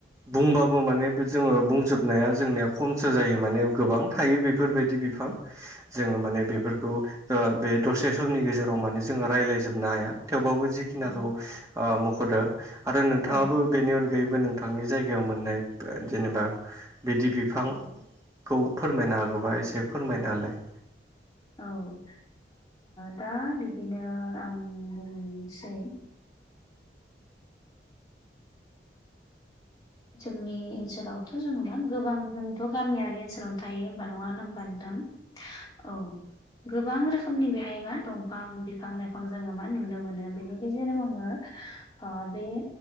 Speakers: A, on the right (about 20°); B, on the left (about 20°).
A: बुंबाबो माने जोङो बुंजोबनाया जोंनियाव खमसो जायो माने गोबां थायो बेफोरबायदि बिफां जोङो माने बेफोरखौ बे दसे समनि गेजेराव माने जोङो रायज्लायजोबनो हाया थेवबाबो जखिनिखौ
B: औ
A: ओ मख'दों आरो नोंथाङाबो
B: औ
A: बेनि अनगायैबो नोंथांनि जायगायाव मोननाय जेनेबा बिदि बिफां खौ फोरमायनो हागौबा एसे फोरमायनालाय।
B: औ दा बिदिनो आं बुंनोसै जोंनि ओनसोलावथ' जोङो मा गोबां जोंथ' गामियारि ओनसोलावनो थायो होबा नङा होन होनोमबा नोंथां? औ गोबां रोखोमनि बेहाय मा दंफां बिफां लाइफां जोङो मा नुनो मोनो। बेनि गेजेराव आङो ओ बे